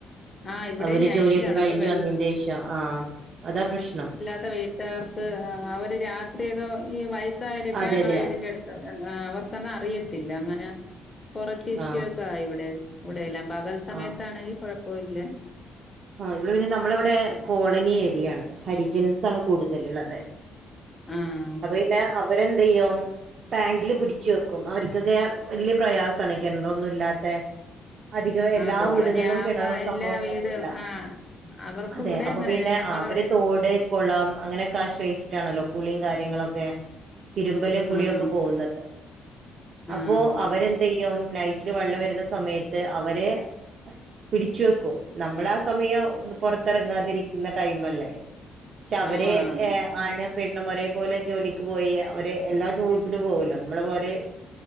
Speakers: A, on the left; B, on the right.
A: ആഹ് ഇവിടെ
B: അവര്
A: നൈറ്റിലാണ്
B: ജോലിയൊക്കെ കഴിഞ്ഞു
A: അപ്പൊ വെള്ളം
B: വന്നേന്റെഷം ആഹ് അതാ പ്രശ്നം
A: ഇത്ത വീട്ടുകാർക്ക് അഹ് അവര് രാത്രിയൊക്കെ ഈഹ് വയസ്സായോരൊക്കെ
B: അതെ
A: ഞങ്ങടെ
B: അതെ
A: വീടിന്റെടുത്ത് അഹ് അവർക്കൊന്നും അറിയത്തില്ല അങ്ങനെ കൊറച്ചിഷ്യൂ
B: ആ
A: ഒക്കെ ആയി ഇവിടെ ഇവിടെയെല്ലാം പകൽ സമയത്താണെങ്കി
B: ആ
A: കൊഴപ്പമില്ല
B: ആഹ് ഇവിടെ പിന്നെ നമ്മളിവിടെ കോളനി ഏരിയാണ് ഹരിജൻസാണ് കൂടുതലുള്ളത്
A: ആഹ്
B: അപ്പ പിന്നെ അവരെന്തെയ്യും ടാങ്കില് പിടിച്ചു വെക്കും അവരൊക്കൊക്കെ വല്യ പ്രയാസാണ് കിണറൊന്നും ഇല്ലാത്തേ അധികം എല്ലാ
A: ആ കോളനി
B: വീടുകളിലും
A: ആവുമ്പോ
B: കിണറും
A: എല്ലാ
B: സംഭവങ്ങളൊന്നും
A: വീടുകൾ
B: ഇല്ല
A: ആ അവർക്ക്
B: അതെ
A: ഇവിടെ
B: അപ്പ
A: അങ്ങനെ
B: പിന്നെ
A: ഞങ്ങളവിടെ
B: അവര് തോട്
A: ഉണ്ട്
B: കുളം അങ്ങനൊക്കെ ആശ്രയിച്ചിട്ടാണല്ലോ കുളിയും കാര്യങ്ങളൊക്കെ തിരുമ്പല് കുളിയൊക്കെ
A: ആഹ്
B: പോവുന്നത്
A: ആഹ്
B: അപ്പോ അവരെന്തെയ്യും നൈറ്റി റഇത് വെള്ളം വരുന്ന സമയത്ത് അവരെ പിടിച്ചു വെക്കും നമ്മള സമയം ഒന്ന് പുറത്തിറങ്ങാതിരിക്കുന്ന ടൈമല്ലേ പക്ഷേ അവരെ
A: ഓ ആഹ്
B: ഏഹ് ആനം പെണ്ണും ഒരേ പോലെ ജോലിയ്ക്കു പോയി അവരെ എല്ലാ ജോലിപ്പിലും പോവല്ലോ നമ്മള് പോരേ